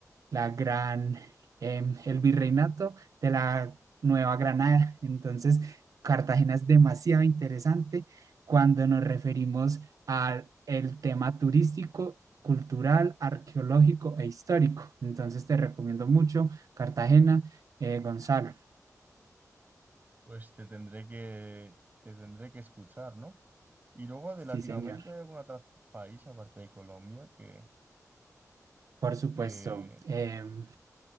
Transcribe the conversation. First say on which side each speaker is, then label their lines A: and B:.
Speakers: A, on the right; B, on the right.
A: la gran, em, el virreinato de la Nueva Granada. <laughs> Entonces, Cartagena es demasiado interesante cuando nos referimos al el tema turístico, cultural, arqueológico e histórico. Entonces, te recomiendo mucho Cartagena, eh, Gonzalo.
B: Pues te tendré que, te tendré que escuchar, ¿no? Y luego de
A: Sí,
B: Latinoamérica
A: señor.
B: hay algún otro país aparte de Colombia que,
A: Por supuesto.
B: que
A: Em,